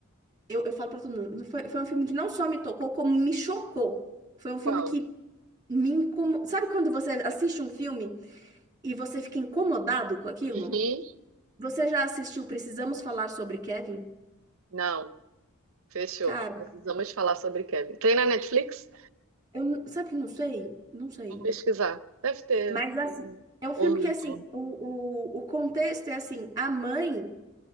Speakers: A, on the right; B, on the right.
A: Eu, eu falo para todo mundo, não foi, foi um filme que não só me tocou, como me chocou. Foi um filme
B: Qual?
A: que me incomodou. Sabe quando você assiste um filme e você fica incomodado com aquilo?
B: Uhum.
A: Você já assistiu Precisamos Falar sobre Kevin?
B: Não, fechou.
A: Cara,
B: Precisamos falar sobre Kevin. Tem na Netflix?
A: eu, n- sabe que não sei? Não sei.
B: Vou pesquisar. Deve ter.
A: Mas assim, é um
B: Ou
A: filme
B: no
A: que
B: YouTube.
A: assim, o, o, o contexto é assim, a mãe.